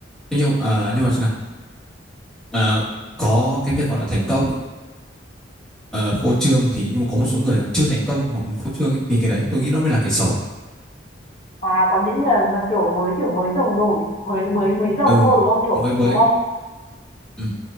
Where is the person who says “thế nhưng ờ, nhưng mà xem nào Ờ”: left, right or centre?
Centre